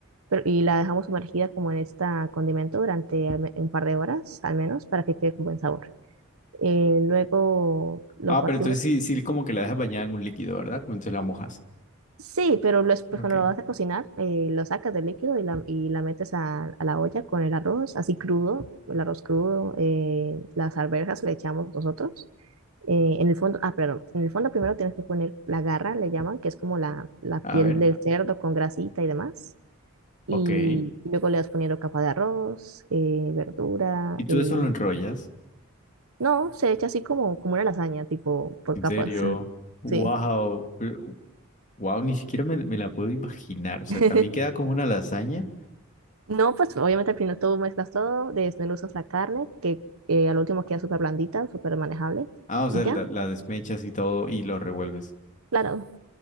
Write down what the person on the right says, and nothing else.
pero, y la dejamos sumergida como en este condimento durante al me- un par de horas al menos para que quede con buen sabor. eh, luego lo
partimos.
Sí, pero lo es- pues
cuando lo vas a cocinar, eh, lo sacas del líquido y la, y la metes a, a la olla con el arroz, así crudo, el arroz crudo, eh, las arvejas le echamos nosotros. Eh, en el fondo, ah, perdón, en el fondo primero tienes que poner la garra, le llaman, que es como la, la
piel
del cerdo con grasita y demás. Y
luego le vas poniendo capa de arroz, eh, verdura.
eh,
No, se echa así como, como una lasaña, tipo por
capas.
<laughs>
Sí.
<laughs>
No, pues obviamente al final tú mezclas todo, desmenuzas la carne, que eh, al último queda súper blandita, súper manejable,
y
ya,
eh, claro.